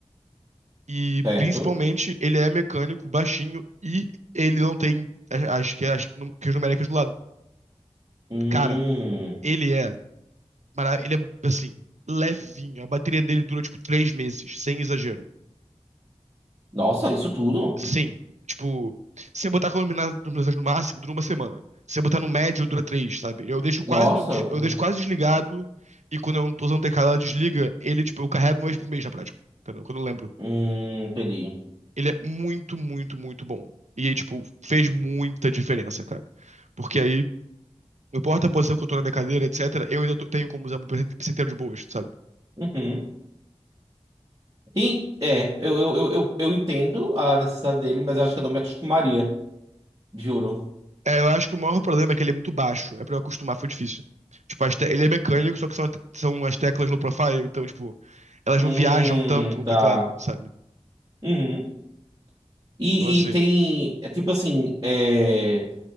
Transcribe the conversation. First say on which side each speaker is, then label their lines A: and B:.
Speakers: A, on the right (about 80°); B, on the right (about 30°).
A: E
B: Certo.
A: principalmente, ele é mecânico, baixinho, e ele não tem a- as que as num- que as numéricas do lado.
B: Hum.
A: Cara, ele é, mara- ele é assim, levinho. A bateria dele dura tipo três meses, sem exagero.
B: Nossa, isso tudo?
A: Sim. Tipo, se eu botar com lumina- iluminação no máximo, dura uma semana. Se eu botar no médio, dura três, sabe? Eu deixo quase
B: Nossa.
A: no, des- eu
B: Hum,
A: deixo quase desligado e quando eu não tô usando o teclado, ela desliga, ele, tipo, eu carrego uma vez por mês na prática. Entendeu? Quando eu lembro.
B: hum, entendi.
A: Ele é muito, muito, muito bom. E aí, tipo, fez muita diferença, cara. Porque aí, não importa a posição que eu tô na minha cadeira, etc., eu ainda tô- tenho como usar o presente inteiro de boas, sabe?
B: Uhum. Sim, é, eu, eu, eu, eu eu entendo a necessidade dele, mas eu acho que eu não me acostumaria, juro.
A: É, eu acho que o maior problema é que ele é muito baixo. É pra eu acostumar, foi difícil. Tipo, as te- ele é mecânico, só que são, a te- são as teclas low profile, então, tipo, elas
B: Hum,
A: não viajam tanto no
B: tá.
A: teclado, sabe?
B: Uhum. E,
A: Então, assim,
B: e tem, é tipo assim, é,